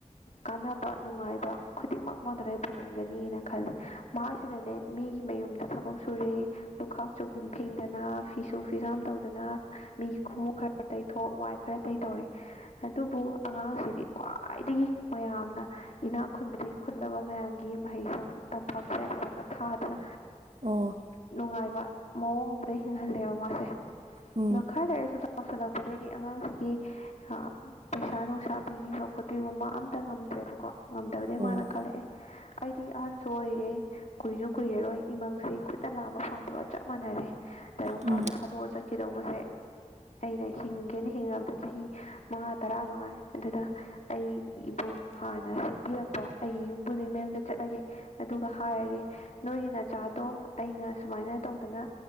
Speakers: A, on the left; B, on the right.
A: ꯀꯥꯟꯅꯕ ꯅꯨꯡꯉꯥꯏꯕ ꯈꯨꯗꯤꯡꯃꯛ ꯃꯉꯣꯟꯗ ꯂꯣꯏꯅ ꯐꯪꯍꯟꯒꯅꯤꯅ ꯈꯜꯂꯤ ꯃꯥꯁꯤꯅꯅꯦ ꯃꯤꯒꯤ ꯃꯌꯨꯝꯗ ꯊꯕꯛ ꯁꯨꯔꯦ ꯂꯨꯈꯥꯛ ꯆꯒꯨꯝ ꯐꯦꯡꯗꯅ ꯐꯤꯁꯨ ꯐꯤꯖꯥꯝ ꯇꯧꯗꯅ ꯃꯤꯒꯤ ꯈꯣꯡꯎꯞ ꯈꯔ ꯈꯔ ꯇꯩꯊꯣꯛ ꯋꯥꯏ ꯈꯔ ꯇꯩ ꯇꯧꯔꯦ ꯑꯗꯨꯕꯨ ꯑꯉꯥꯡꯁꯤꯗꯤ ꯈ꯭ꯋꯥꯏꯗꯒꯤ ꯃꯌꯥꯝꯅ ꯏꯅꯥꯛ ꯈꯨꯟꯕꯗꯒꯤ ꯈꯨꯜꯂꯕ ꯃꯌꯥꯝꯒꯤ ꯃꯍꯩꯁꯪ ꯇꯝꯐꯝꯁꯦ ꯑꯁꯤꯗ ꯊꯥꯗꯅ
B: ꯑꯣ
A: ꯅꯨꯡꯉꯥꯏꯕ ꯃꯑꯣꯡ ꯑꯃꯗ ꯍꯤꯡꯍꯜꯂꯦꯕ ꯃꯥꯁꯦ
B: ꯎꯝ
A: ꯈꯔ ꯂꯩꯔꯒ ꯆꯥꯎꯁꯜꯂꯛꯄꯗꯒꯤꯗꯤ ꯑꯉꯥꯡꯁꯤꯒꯤ ꯑꯥ ꯄꯩꯁꯥ ꯅꯨꯡꯁꯥ ꯄꯤꯕꯤꯕ ꯈꯣꯠꯄꯤꯕ ꯃꯥ ꯑꯃꯇ ꯉꯝꯗ꯭ꯔꯦꯕꯀꯣ ꯉꯝꯗꯕꯗꯒꯤ
B: ꯑꯣ
A: ꯃꯥꯅ ꯈꯜꯂꯛꯑꯦ ꯑꯩꯗꯤ ꯑꯍꯟꯁꯨ ꯑꯣꯏꯔꯦ ꯀꯨꯏꯔꯔꯣꯏ ꯀꯨꯏꯔꯔꯣꯏ ꯏꯃꯪꯁꯦ ꯈꯨꯠꯅ ꯂꯥꯝꯕ ꯐꯪꯕꯒ ꯆꯞ ꯃꯥꯟꯅꯔꯦ ꯇꯥꯏꯕꯪ
B: ꯎꯝ
A: ꯄꯥꯟꯕꯁꯦ ꯊꯥꯗꯣꯛꯑ ꯆꯠꯈꯤꯗꯧꯕꯁꯦ ꯑꯩꯅ ꯍꯤꯡꯒꯦꯅ ꯍꯤꯡꯉꯕꯗ ꯆꯍꯤ ꯃꯉꯥ ꯇꯔꯥ ꯃꯉꯥꯏ ꯑꯗꯨꯗ ꯑꯩꯕꯨ ꯍꯥꯟꯅ ꯁꯦꯝꯕꯤꯔꯛꯄ ꯑꯩꯒꯤ ꯌꯨꯝꯕꯨꯗꯨꯒꯤ ꯃꯌꯨꯝꯗ ꯆꯠꯂꯒꯦ ꯑꯗꯨꯒ ꯍꯥꯏꯔꯒꯦ ꯅꯣꯏꯒꯤ ꯅꯆꯥꯗꯣ ꯑꯩꯅ ꯁꯨꯃꯥꯏꯅ ꯇꯧꯗꯅ